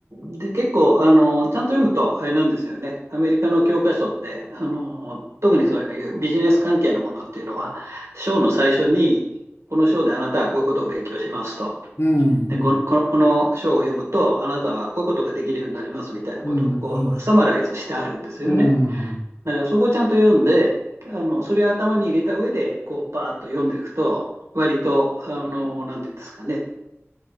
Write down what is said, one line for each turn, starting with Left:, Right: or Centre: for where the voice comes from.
Right: ん、で、結構、あの、ちゃんと読むと、あれなんですよね。アメリカの教科書って、あの、特にそういうビジネス関係のものっていうのは、章の最初に、この章であなたはこういうことを勉強しますと。
Left: うん、
Right: で、
Left: うん、
Right: この、この、この章を読むと、あなたはこういうことができるようになりますみたいなことが、
Left: うん、
Right: こう、
Left: うん、
Right: サマライズしてあるんですよね。
Left: うん、
Right: だからそこをちゃんと読んで、あの、それを頭に入れた上で、こう、パーッと読んでいくと、割と、あの、なんていうんですかね、